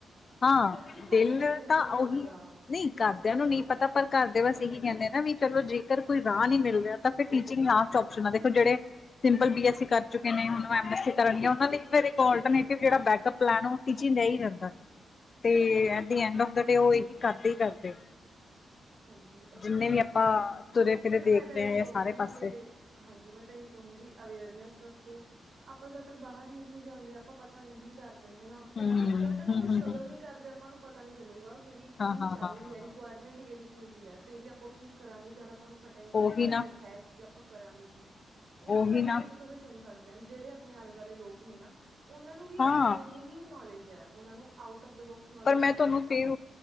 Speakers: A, on the left; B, on the right.
A: ਹਾਂ,
B: ਵੀ ਘਰਦਿਆਂ
A: ਦਿਲ
B: ਨੂੰ ਨਹੀਂ
A: ਤਾਂ
B: ਪਤਾ
A: ਓਹੀ
B: ਹੁੰਦਾ।
A: ਆ, ਨਹੀਂ
B: ਘਰ
A: ਘਰਦਿਆਂ
B: ਦੇ
A: ਨੂੰ ਨੀ ਪਤਾ ਪਰ ਘਰਦੇ
B: ਘਰਦਿਆਂ
A: ਬਸ ਇਹੀ
B: ਨੂੰ ਨਹੀਂ
A: ਕੈੰਦੇ
B: ਪਤਾ
A: ਨਾ ਵੀ ਚਲੋ ਜੇਕਰ ਕੋਈ ਰਾਹ ਨੀ ਮਿਲ ਰਿਆ ਤਾਂ ਫਿਰ ਟੀਚਿੰਗ ਲਾਸਟ ਔਪਸ਼ਨ ਆ ਵੇਖੋ ਜੇੜੇ ਸਿੰਪਲ ਬੀ ਐੱਸ ਸੀ ਕਰ ਚੁੱਕੇ ਨੇ ਹੁਣ ਔ ਐਮ ਐੱਸ ਸੀ ਕਰਨਗੇ, ਓਨਾਂ ਲਈ ਫਿਰ ਇੱਕ ਆਲਟਰਨੇਟਿਵ ਜੇੜਾ ਬੈਕਅਪ ਪਲੈਨ ਔ ਟੀਚਿੰਗ ਦਾ ਹੀ ਰੈੰਦੈ। ਤੇ at the end of the day ਓਹ ਏਹੀ ਘੱਟ ਹੀ ਕਰਦੇ।
B: ਹਾਂਜੀ ਉਹ ਤਾਂ ਸਮਝ
A: ਜਿੰਨੇ
B: ਸਕਦੇ
A: ਵੀ ਆਪਾਂ
B: ਆ,
A: ਤੁਰੇ ਫਿਰੇ
B: ਬਟ
A: ਦੇਖ
B: ਮੈਂ ਤਾਂ
A: ਰਹੇ
B: ਏਹੀ ਕਹੂੰਗੀ
A: ਆ ਸਾਰੇ ਪਾਸੇ
B: ਕੇ ਹਾਂਜੀ ਮੈਂ ਤਾਂ ਏਹੀ ਕਹੂੰਗੀ ਅਵੇਅਰਨੈਸ ਰੱਖੋ ਆਪਾਂ ਜਦ ਤੱਕ ਬਾਹਰ ਨਹੀਂ ਜਾਂਦੇ ਆਪਾਂ ਪਤਾ ਨਹੀਂ ਕਰਦੇ ਹਨਾ,
A: ਹੂੰ
B: ਜਦ ਤੱਕ
A: ਹੂੰ
B: ਆਪਾਂ ਸਟਰਗਲ
A: ਹੂੰ ਹੂੰ
B: ਨੀ ਕਰਦੇ ਆਪਾਂ ਨੂੰ ਪਤਾ ਨੀ ਚੱਲੂਗਾ। ਕਿ ਵੀ ਕੀ
A: ਹਾਂ ਹਾਂ
B: ਚਾਲ
A: ਹਾਂ
B: ਰੀ
A: ਹਾਂ
B: ਐ,
A: ਹਾਂ
B: ਰਿਕੁਆਇਰਮੈਂਟ ਕੇੜੀ ਚੀਜ਼ ਦੀ ਐ? ਫੇਰ ਈ ਆਪਾਂ ਓਹ ਚੀਜ਼ ਕਰਾਂਗੇ ਜਦ ਅਪਾਂ ਨੂੰ ਪਤਾ ਈ ਨੀ ਰਿਕੁਆਇਰਮੈਂਟ
A: ਉਹੀ ਨਾ
B: ਹੈ ਕੀ ਆਪਾਂ ਕਰਾਂਗੇ ਕੀ, ਓਹ ਤਾਂ
A: ਉਹੀ
B: ਫ਼ਿਰ ਆਪਾਂ
A: ਨਾ
B: ਕਿਸੇ ਤੋ ਵੀ ਸੁਣ ਸਕਦੇ ਆਂ ਜੇੜੇ ਅਪਣੇ ਆਲੇ-ਦੁਆਲੇ ਲੋਕ ਨੇ ਨਾ, ਓਨਾਂ ਨੂੰ ਵੀ ਆਪਣੇ
A: ਹਾਂ
B: ਜਿੰਨੀ ਹੀ ਨੌਲੇਜ ਐ ਓਨਾਂ ਨੂੰ ਆਊਟ ਔਫ ਦਾ ਬੋਕਸ ਨੌਲੇਜ
A: ਪਰ ਮੈਂ
B: ਨਹੀਂ
A: ਤੁਆਨੂੰ
B: ਹੈਗੀ
A: ਫੇਰ,